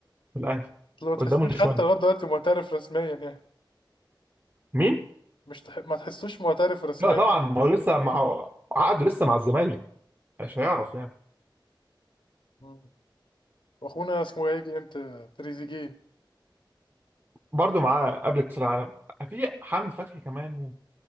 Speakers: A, on the right; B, on the left.
A: في الأهلي
B: لو تحسوش
A: قدامه شوية
B: حتى لغاية دلوقتي معترف رسميا يعني
A: مين؟
B: مش تح... ما تحسوش معترف رسميا
A: لا طبعا ما هو لسه مع عقده لسه مع الزمالك مش هيعرف يعني
B: مم. واخونا اسمه ايه يجي امتى تريزيجيه
A: برضه معاه قبل كأس العالم في حمد فتحي كمان